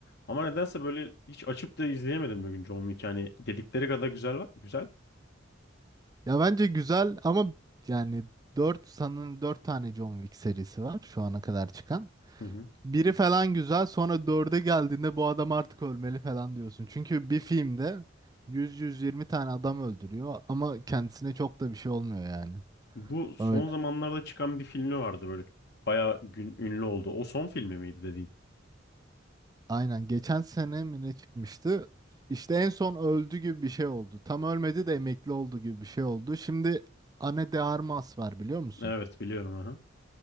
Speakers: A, on the left; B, on the right.
A: Ama nedense böyle hiç açıp da izleyemedim bugün John Wick. Yani dedikleri kadar güzel var. Güzel.
B: Ya bence güzel ama yani dört sanırım 4 tane John Wick serisi var şu ana kadar çıkan.
A: Hı hı.
B: Biri falan güzel sonra dörde geldiğinde bu adam artık ölmeli falan diyorsun. Çünkü bir filmde 100-120 tane adam öldürüyor ama kendisine çok da bir şey olmuyor yani.
A: Bu son
B: Öyle.
A: zamanlarda çıkan bir filmi vardı böyle. Bayağı gün, ünlü oldu. O son filmi miydi dediğin?
B: Aynen. Geçen sene mi ne çıkmıştı? İşte en son öldü gibi bir şey oldu. Tam ölmedi de emekli oldu gibi bir şey oldu. Şimdi Ana de Armas var biliyor musun?
A: Evet biliyorum. Aha.